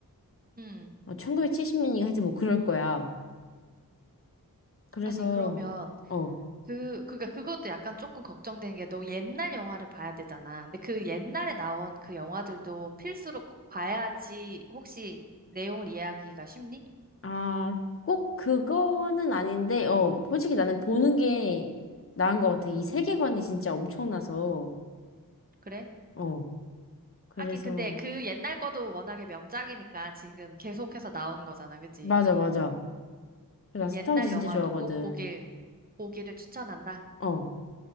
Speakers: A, on the right; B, on the left.
A: 음.
B: 어, 1970년인가 하여튼 뭐 그럴 거야. 그래서,
A: 아니, 그러면,
B: 어,
A: 그, 그니까 그것도 약간 조금 걱정되는 게 너 옛날 영화를 봐야 되잖아. 근데 그 옛날에 나온 그 영화들도 필수로 꼭 봐야지 혹시 내용을 이해하기가 쉽니?
B: 아, 꼭 그거는 아닌데, 어, 솔직히 나는 보는 게 나은 것 같아. 이 세계관이 진짜 엄청나서,
A: 그래?
B: 어, 그래서,
A: 하긴, 근데 그 옛날 거도 워낙에 명작이니까 지금 계속해서 나오는 거잖아. 그치?
B: 맞아, 맞아. 난
A: 그
B: 스타워즈
A: 옛날
B: 진짜
A: 영화도
B: 좋아하거든.
A: 꼭 보길, 보기를 추천한다.
B: 어,